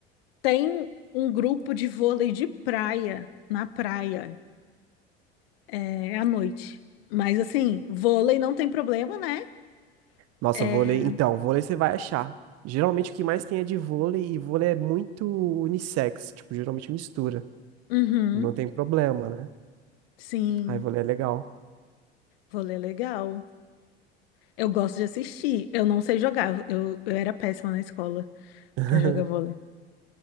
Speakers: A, on the left; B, on the right.
A: tem um grupo de vôlei de praia, na praia. é, é à noite. Mas assim, vôlei não tem problema, né?
B: Nossa,
A: É,
B: vôlei, então, vôlei você vai achar. Geralmente o que mais tem é de vôlei e vôlei é muito unissex, tipo, geralmente mistura.
A: Uhum,
B: E não tem problema, né?
A: sim,
B: Aí vôlei é legal.
A: vôlei é legal. Eu gosto de assistir. Eu não sei jogar. Eu, eu era péssima na escola
B: <laughs>
A: pra jogar vôlei.